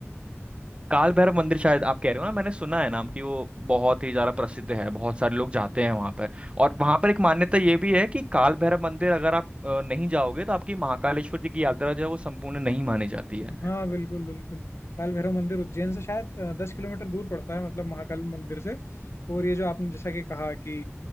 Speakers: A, on the right; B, on the left.
A: काल भैरव मंदिर शायद आप कह रहे हो ना मैंने सुना है नाम कि वो बहुत ही ज्यादा प्रसिद्ध है बहुत सारे लोग जाते हैं वहां पर और वहां पर एक मान्यता ये भी है कि काल भैरव मंदिर अगर आप अ, नहीं जाओगे तो आपकी महाकालेश्वर जी की यात्रा जो है वो संपूर्ण नहीं मानी जाती है
B: हाँ बिल्कुल बिल्कुल काल भैरव मंदिर उज्जैन से शायद दस किलोमीटर दूर पड़ता है मतलब महाकाल मंदिर से और ये जो आपने जैसा कि कहा कि